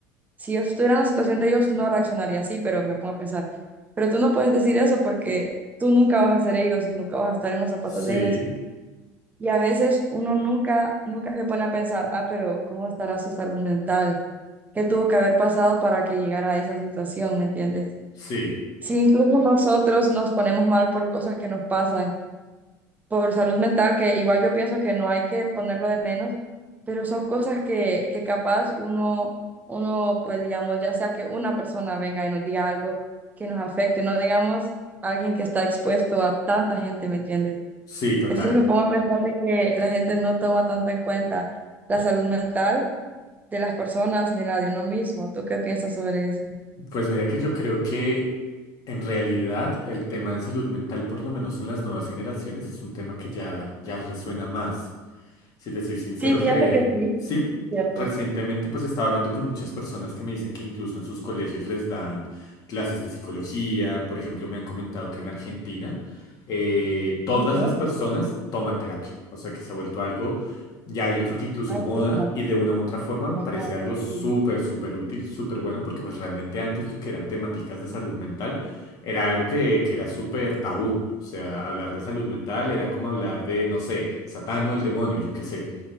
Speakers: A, on the right (about 20°); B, on the left (about 50°).
A: si yo estuviera en la situación de ellos, no reaccionaría así, pero me pongo a pensar, pero tú no puedes decir eso porque tú nunca vas a ser ellos y nunca vas a estar en los zapatos
B: sí,
A: de ellos. Y a veces uno nunca, nunca se pone a pensar, ah, pero ¿cómo estará su salud mental? ¿Qué tuvo que haber pasado para que llegara a esa situación? ¿Me entiendes?
B: sí,
A: Si incluso nosotros nos ponemos mal por cosas que nos pasan, por salud mental, que igual yo pienso que no hay que ponerlo de menos, pero son cosas que, que capaz uno, uno, pues digamos, ya sea que una persona venga y nos diga algo que nos afecte, no digamos alguien que está expuesto a tanta gente, ¿me entiendes?
B: sí, total.
A: Entonces me pongo a pensar de que la gente no toma tanto en cuenta la salud mental de las personas ni la de uno mismo. ¿Tú qué piensas sobre eso?
B: Pues mira que yo creo que en realidad el tema de salud mental, por lo menos en las nuevas generaciones, es un tema que ya, ya resuena más. Si te soy sincero,
A: Sí, fíjate
B: re-
A: que sí,
B: sí,
A: cierto.
B: recientemente pues estaba hablando con muchas personas que me dicen que incluso en sus colegios les dan clases de psicología. Por ejemplo, me han comentado que en Argentina eh, todas
A: Ajá.
B: las personas toman terapia. O sea, que se ha vuelto algo ya, yo creo que incluso
A: Ah,
B: moda
A: escucha.
B: y de una u otra forma me
A: Ajá.
B: parece algo súper,
A: Sí,
B: súper útil, súper bueno, porque pues realmente antes lo que eran temáticas de salud mental era algo que, que era súper tabú. O sea, hablar de salud mental era como hablar de, no sé, Satán o el demonio, yo qué sé.